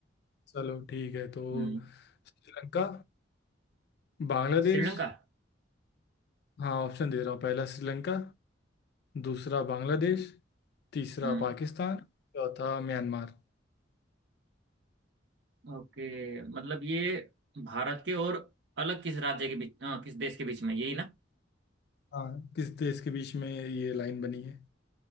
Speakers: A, on the left; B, on the right.
A: चलो ठीक है तो
B: हम्म
A: श्रीलंका बांग्लादेश
B: श्रीलंका
A: हाँ ऑप्शन दे रहा हूँ पहला श्रीलंका दूसरा बांग्लादेश तीसरा
B: हम्म
A: पाकिस्तान चौथा म्यांमार
B: ओके मतलब ये भारत के और अलग किस राज्य के बीच अ, किस देश के बीच में यही ना
A: हाँ किस देश के बीच में ये लाइन बनी है